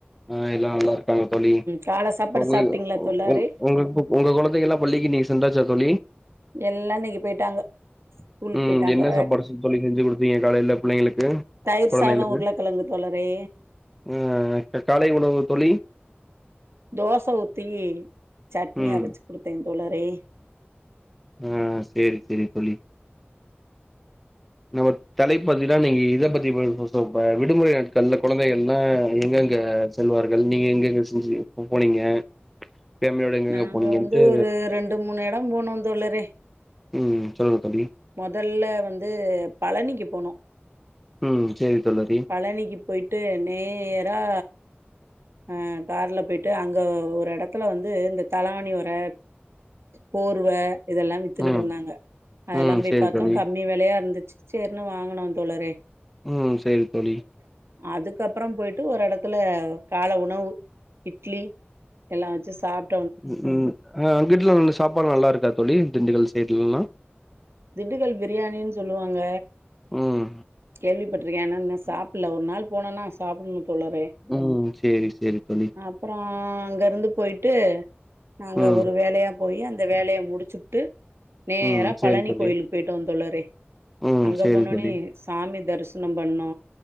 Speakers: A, in the centre; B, on the right.
A: ஆஹ் எல்லா நல்லா இருக்காங்க தோழி
B: கால சாப்பாடு
A: ஒங்க
B: சாப்ட்டீங்களா தோழரே
A: உ ஒங்க ஒங்க கொழந்தைங்கல்லா பள்ளிக்கு இன்னிக்கு சென்றாச்சா தோழி
B: எல்லா இன்னைக்கு போயிட்டாங்க ஸ்கூலுக்கு
A: உம்
B: போயிட்டாங்க
A: என்ன சாப்பாடு சொ தோழி செஞ்சு கொடுத்தீங்க காலைல புள்ளைங்களுக்கு
B: தயிர்
A: கொழந்தைகளுக்கு
B: சாதோ உருளைக்கிழங்கு தோழரே
A: அ க காலை உணவு தோழி
B: தோச ஊத்தி சட்னி
A: ம்
B: அரைச்சு குடுத்தேன் தோழரே
A: ஆ சேரி சேரி தோழி நம்ம தலைப்பத்திதா நீங்க இதபத்திப்ப விடுமுறை நாட்கள்ல குழந்தைகள்லாம் எங்கங்க செல்வார்கள் நீங்க எங்கங்க செஞ்சி ஆ போனீங்க ஃபேமிலியோட எங்கெங்க
B: நாங்க
A: போனீங்கன்ட்டு
B: வந்து ஒரு ரெண்டு மூணு எடம் போனோம் தோழரே
A: உம் சொல்லுங்க தோழி
B: மொதல்ல வந்து பழனிக்கு போ போனோ
A: ம் சேரி தோழரி
B: பழனிக்கு போய்ட்டு நேயர் ஆ ஆஹ் கார்ல போய்ட்டு அங்க ஒரு எடத்துல வந்து இந்த தலவாணி உர போர்வ இதெல்லா வித்துக்கிட்டு
A: ம்
B: இருந்தாங்க அதெல்லா
A: ம்
B: போய்
A: சேரி
B: பாத்தோ
A: தோழி
B: கம்மி விலயா இருந்துச்சு சேர்னு வாங்னோ தோழரே
A: உம் செரி தோழி
B: அதுக்கப்றோ போயிட்டு ஒரு எடத்துல கால உணவு இட்லி எல்லா வச்சு சாப்ப
A: உம் அங்கீட்டுலா நல்ல சாப்பாட்லா நல்லா இருக்கா தோழி திண்டுக்கல் சைட்லலா
B: திண்டுக்கல் பிரியாணின்னு சொல்லுவாங்க
A: உம்
B: கேள்விப்பட்டிருக்கே ஆனா இன்னு சாப்பிடல ஒரு நாள் போனனா சாப்டுவே தோழரே
A: ம் சேரி சேரி தோழி
B: அப்றோ அங்கருந்து போய்ட் ட்டு நாங்க
A: ம்
B: ஒரு வேலயா போய் அந்த வேலய முடிச்சுட்டு நேரா
A: ம் சேரி
B: பழனி
A: தோழி
B: கோயிலுக்கு போய்ட்டோ தோழறே
A: ம்
B: அங்க
A: சேரி
B: போனோனே
A: தோழி
B: சாமி தரிசனோ பண்ணோ